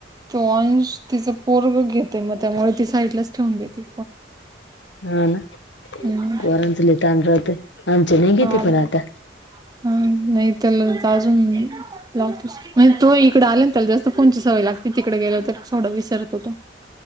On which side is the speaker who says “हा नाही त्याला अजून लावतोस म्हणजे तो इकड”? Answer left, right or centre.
Right